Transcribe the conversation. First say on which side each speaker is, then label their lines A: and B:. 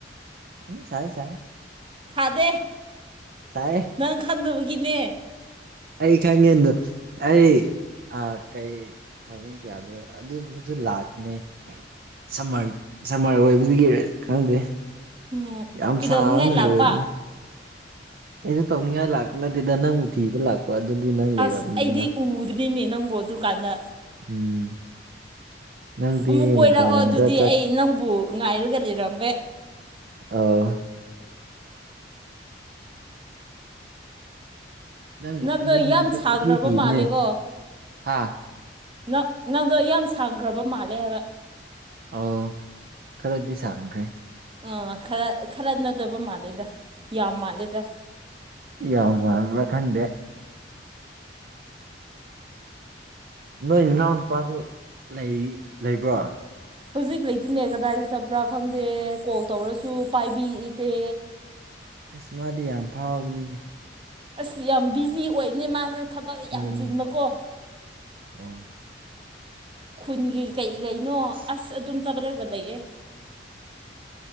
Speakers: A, on the right; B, on the right.
A: ꯎꯝ ꯁꯥꯏ ꯁꯥꯏ
B: ꯁꯥꯗꯦ
A: ꯁꯥꯏꯌꯦ
B: ꯅꯪ ꯈꯪꯅꯕꯒꯤꯅꯦ
A: ꯑꯩ ꯈꯪꯉꯦꯗ ꯑꯩ ꯑꯥ ꯀꯩ ꯅꯪ ꯀꯌꯥꯗ ꯑꯗꯨꯗꯨꯁꯨ ꯂꯥꯛꯀꯅꯤ꯫ ꯁꯝꯃꯔ ꯁꯝꯃꯔ ꯑꯣꯏꯕꯖꯤꯒꯤꯔ ꯈꯪꯗꯦ
B: ꯎꯝ
A: ꯌꯥꯝ
B: ꯀꯩꯗꯧꯅꯤꯡꯉꯥꯏ
A: ꯁꯥꯕꯅ
B: ꯂꯥꯛꯄ
A: ꯂꯣꯏꯑꯦ ꯑꯩꯁꯨ ꯇꯧꯅꯤꯡꯉꯥꯏ ꯂꯥꯛꯄ ꯅꯠꯇꯦꯗ ꯅꯪꯕꯨ ꯊꯤꯕ ꯂꯥꯛꯄ ꯑꯗꯨꯗꯤ ꯅꯪ ꯂꯩꯔꯕꯅꯤꯅ
B: ꯑꯁ ꯑꯩꯗꯤ ꯎꯗ꯭ꯔꯤꯅꯦ ꯅꯪꯕꯨ ꯗꯨꯀꯥꯟꯗ
A: ꯎꯝ ꯅꯪꯗꯤ
B: ꯑꯃꯨꯛ ꯀꯣꯏꯔꯛꯑꯣ
A: ꯃꯄꯥꯟ ꯂꯝꯗ
B: ꯑꯗꯨꯗꯤ
A: ꯆꯠ
B: ꯑꯩ ꯅꯪꯕꯨ ꯉꯥꯏꯔꯒ ꯂꯩꯔꯝꯒꯦ
A: ꯑ ꯅꯪꯕꯨ
B: ꯅꯪꯗꯣ
A: ꯑꯗꯨ ꯅꯨꯃꯤꯠꯇ
B: ꯌꯥꯝ ꯁꯥꯡꯒ꯭ꯔꯕ
A: ꯀꯣꯏꯊꯤ ꯊꯤꯕꯅꯦ
B: ꯃꯥꯜꯂꯦꯀꯣ
A: ꯍꯥ
B: ꯅꯪ ꯅꯪꯗꯣ ꯌꯥꯝ ꯁꯥꯡꯈ꯭ꯔꯕ ꯃꯥꯜꯂꯦ ꯍꯥꯏꯕ
A: ꯑꯥꯎ ꯈꯔꯗꯤ ꯁꯥꯡꯈ꯭ꯔꯦ
B: ꯑ ꯈꯔ ꯈꯔꯅꯗꯕ ꯃꯥꯜꯂꯦꯗ ꯌꯥꯝ ꯃꯥꯜꯂꯦꯗ
A: ꯌꯥꯝ ꯃꯥꯟꯕ꯭ꯔꯥ ꯈꯪꯗꯦ ꯅꯣꯏ ꯅꯥꯎ ꯅꯨꯄꯥꯁꯨ ꯂꯩ ꯂꯩꯕ꯭ꯔꯣ
B: ꯍꯧꯖꯤꯛ ꯂꯩꯇꯅꯦ ꯀꯗꯥꯏꯗ ꯆꯠꯄ꯭ꯔꯥ ꯈꯪꯗꯦ ꯀꯣꯜ ꯇꯧꯔꯁꯨ ꯄꯥꯏꯕꯤ ꯏꯇꯦ
A: ꯑꯁ ꯃꯥꯗꯤ ꯌꯥꯝ ꯐꯥꯎꯕꯅꯤꯅꯦ꯫
B: ꯑꯁ ꯌꯥꯝ ꯕꯤꯖꯤ ꯑꯣꯏꯅꯦ ꯃꯥꯁꯦ ꯊꯕꯛ ꯌꯥꯝ
A: ꯎꯝ
B: ꯆꯤꯟꯕꯀꯣ
A: ꯑꯣ꯫
B: ꯈꯨꯟꯒꯤ ꯀꯩ ꯀꯩꯅꯣ ꯑꯁ ꯑꯗꯨꯝ ꯆꯠꯔꯒ ꯂꯩꯌꯦ